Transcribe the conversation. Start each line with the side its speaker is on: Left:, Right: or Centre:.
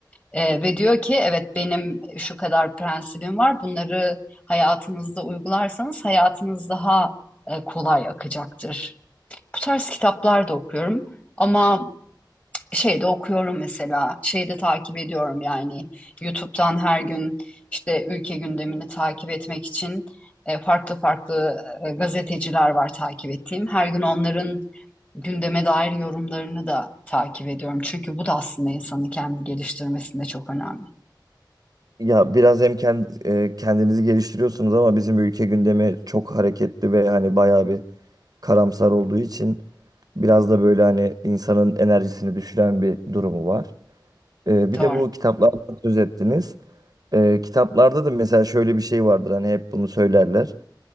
Left: E, ve diyor ki evet benim şu kadar prensibim var. Bunları hayatınızda uygularsanız hayatınız daha e, kolay akacaktır. Bu tarz kitaplar da okuyorum ama şeyde okuyorum mesela, şeyde takip ediyorum yani YouTube'dan her gün işte ülke gündemini takip etmek için e, farklı farklı e, gazeteciler var takip ettiğim. Her gün onların gündeme dair yorumlarını da takip ediyorum. Çünkü bu da aslında insanı kendi geliştirmesinde çok önemli.
Right: Ya biraz hem kend- e, kendinizi geliştiriyorsunuz ama bizim ülke gündemi çok hareketli ve hani bayağı bir karamsar olduğu için Biraz da böyle hani insanın enerjisini düşüren bir durumu var. Ee, bir
Left: Doğru.
Right: de bu kitaplardan söz ettiniz. Ee, kitaplarda da mesela şöyle bir şey vardır hani hep bunu söylerler.